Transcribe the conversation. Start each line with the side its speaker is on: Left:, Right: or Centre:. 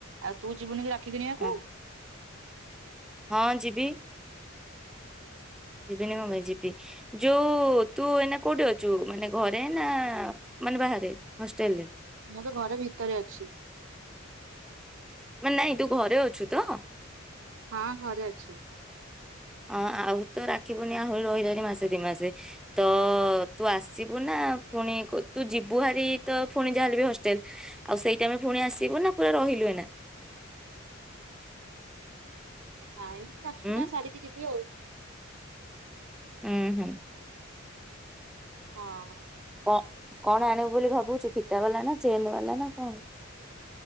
Right: ଆଉ ତୁ ଯିବୁନି କି ରାକ୍ଷୀ କିଣିବାକୁ।
Centre: ହଁ ହଁ ଯିବି ଯିବିନି କଣ ପାଇଁ ଯିବି ଯୋଉ ତୁ ଏନା କୋଉଠି ଅଛୁ ମାନେ ଘରେ ନା ମାନେ ବାହାରେ ହଷ୍ଟେଲରେ
Right: ମୁଁ ତ ଘରେ ଭିତରେ ଅଛି।
Centre: ନାଇଁ ତୁ ଘରେ ଅଛୁ ତ।
Right: ହଁ ଘରେ ଅଛି।
Centre: ହଁ ଆଉ ତ ରାକ୍ଷୀପୂର୍ଣିମା ଆହୁରି ରହିଲାଣିି ମାସେ ଦି ମାସେ ତ ତୁ ଆସିବୁ ନା ପୁଣି ତୁ ଯିବୁ ଭାରି ତ ପୁଣି ଯାହାଲେ ବି ହଷ୍ଟେଲ ଆଉ ସେଇଟାମେ ପୁଣି ଆସିବୁ ନା ପୁରା ରହିଲୁ ଏଇନା।
Right: ନାଇଁ ରାକ୍ଷୀପୂର୍ଣିମା
Centre: ଉଁ
Right: ସାରିକି ଯିବି ଆଉ
Centre: ହୁଁ ହୁଁ।
Right: ହଁ।
Centre: ଅ <unintelligible> କଣ ଆଣିବୁ ବୋଲି ଭାବୁଛୁ ଫିତା ବାଲା ନା ଜେନ୍ ବାଲା ନା କଣ